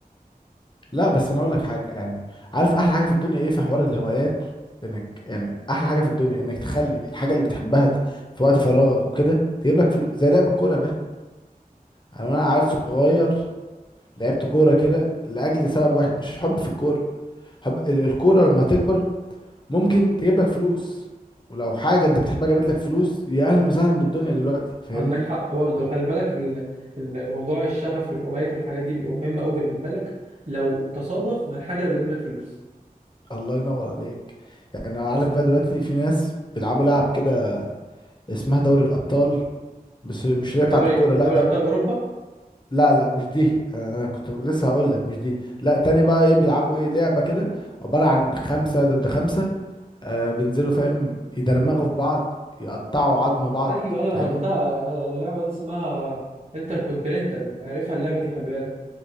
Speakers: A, on the left; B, on the right.
A: لا بس انا اقول لك حاجه يعني عارف احلى حاجه في الدنيا ايه في حوار الهوايات انك يعني احلى حاجه في الدنيا انك تخلي الحاجه اللي بتحبها ت- في وقت فراغك وكده تجيب لك فلوس زي لعب الكوره يا باشا يعني انا عيل صغير لعبت كوره كده لاجل سبب واحد مش حب في الكوره حب ال- الكوره لما هتكبر ممكن تجيب لك فلوس ولو حاجه انت بتحبها جابت لك فلوس يا اهلا وسهلا بالدنيا دلوقتي فاهمني
B: عندك حق برضه خلي بالك ال- الموضوع الشغف والهوايات والحاجات دي بيبقى مهم قوي بالنسبه لك لو تصادف مع الحاجه اللي بتجيب لك فلوس
A: الله ينور عليك يعني انا عارف بقى دلوقتي في ناس بيلعبوا لعب كده اسمها دوري الابطال بس مش اللي هي بتاعت
B: دوري
A: الكوره لا
B: دوري
A: ده
B: ابطال اوروبا
A: لا لا مش دي انا انا كنت لسه هقول لك مش دي لا تاني بقى ايه بيلعبوا ايه لعبه كده عباره عن خمسه ضد خمسه آه بينزلوا فاهم يدرمغوا في بعض يقطعوا عظم بعض
B: ايوه ايوه
A: فاهمني
B: عرفتها اللعبه دي اسمها انتر كونتيننتال عارفها اللعبه دي خلي بالك